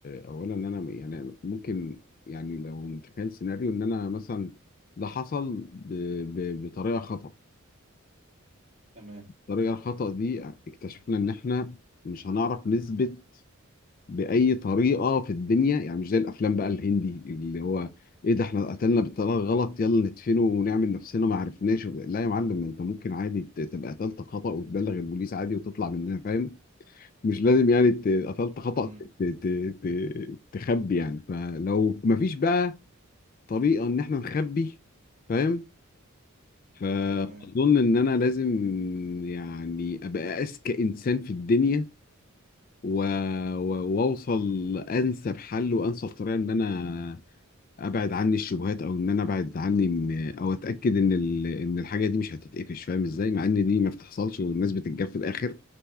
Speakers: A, on the left (about 40°); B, on the right (about 35°).
A: اولا ان انا يعني ممكن يعني لو نتخيل سيناريو ان انا مثلا ده حصل ب... ب... بطريقه خطا
B: تمام
A: الطريقه الخطا دي اكتشفنا ان احنا مش هنعرف نثبت باي طريقه في الدنيا يعني مش زي الافلام بقى الهندي اللي هو ايه ده احنا قتلنا بالطريقه الغلط يلا ندفنه ونعمل نفسنا ما عرفناش لا يا معلم انت ممكن عادي ت- تبقى قتلت خطا وتبلغ البوليس عادي وتطلع مننا فاهم مش لازم يعني ت- قتلت خطأ
B: امم
A: ت- ت- ت- تخبي يعني فلو مفيش بقى طريقة ان احنا نخبي فاهم فاظن
B: تمام
A: ان انا لازم يعني ابقى اذكى انسان في الدنيا و... و... واوصل لانسب حل وانسب طريقة ان انا ابعد عني الشبهات او ان انا ابعد عني من... او اتاكد ان ال... ان الحاجة دي مش هتتقفش فاهم ازاي مع ان دي ما بتحصلش والناس بتتجاب في الاخر